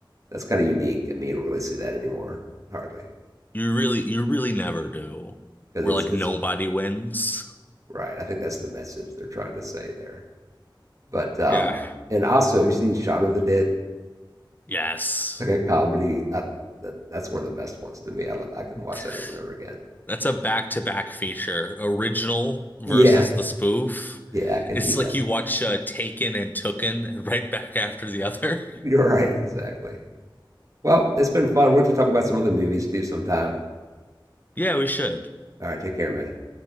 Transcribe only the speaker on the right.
that's kind of unique. I mean, you don't really see that anymore hardly
because
it's
it's
right. I think that's the message they're trying to say there. But um
and also, have you seen Shaun of the Dead?
It's like a comedy. I, that that's one of the best ones to me. I I can
watch that over and over again.
Yeah,
yeah, I can
do that.
<laughs>
You're right, exactly. Well, it's been fun. We'll have to talk about some other movies too sometime.
All right, take care, man.